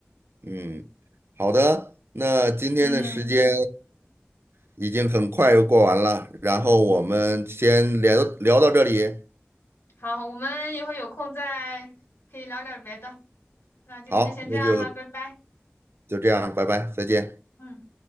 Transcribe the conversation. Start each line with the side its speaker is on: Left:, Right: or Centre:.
Right: 嗯，好的，那今天的时间
Left: 嗯。
Right: 已经很快又过完了，然后我们先聊聊到这里，
Left: 好，我们以后有空再可以聊点别的。那今天就先这样了，
Right: 好，那就
Left: 拜拜。
Right: 就这样，拜拜，再见。
Left: 嗯。